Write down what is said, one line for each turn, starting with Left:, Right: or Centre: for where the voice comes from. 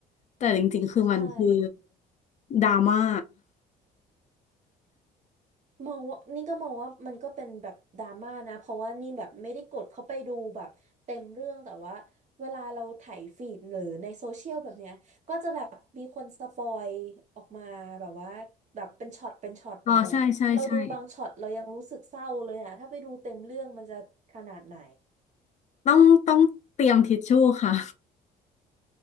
Left: แต่จริงๆคือมันคือ
Right: ใช่
Left: ดราม่า
Right: มองว่านี่ก็มองว่ามันก็เป็นแบบดราม่านะเพราะว่านี่แบบไม่ได้กดเข้าไปดูแบบเต็มเรื่องแต่ว่าเวลาเราไถายฟีดหรือในโซเชียลแบบเนี้ยก็จะแบบมีคนสปอยออกมาแบบว่าแบบเป็นช็อตเป็นช็อตแบบเนี้ยเราดูบางช็อตเรายังรู้สึกเศร้าเลยอะถ้าไปดูเต็มเรื่องมันจะขนาดไหน
Left: <laughs> อ๋อใช่ใช่ใช่ต้องต้องเตรียมทิชชู่ค่ะ